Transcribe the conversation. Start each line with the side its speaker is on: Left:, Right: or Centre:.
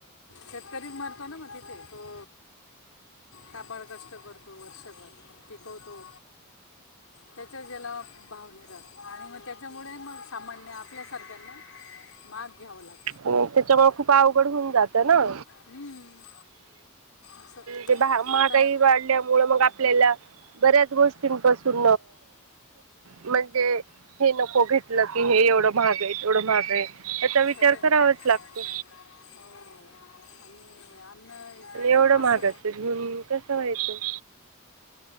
Left: शेतकरी मरतो ना मग तिथे तो काबाड कष्ट करतो वर्षभर टिकवतो. त्याच्या ज्याला भावने राहतो आणि मग त्याच्यामुळे मग सामान्य आपल्यासारख्यांना माग घ्यावं लागतं
Right: हो त्याच्यामुळ खूप अवघड होऊन जात ना
Left: हम्म, असं
Right: ते महागही
Left: आता
Right: वाढल्यामुळं मग आपल्याला परत गोष्टींपासून म्हणजे हे नको घेतल की हे एवढ महाग आहे तेवढ महागय आहे त्याचा विचार
Left: खरं आहे
Right: करावाच लागतो
Left: हो <inaudible>
Right: आणि एवढ महागाचं
Left: असं
Right: घेऊन कस व्हायचं.